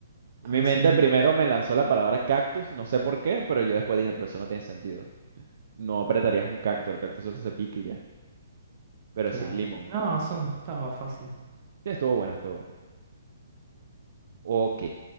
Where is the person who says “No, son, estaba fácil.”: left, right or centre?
Right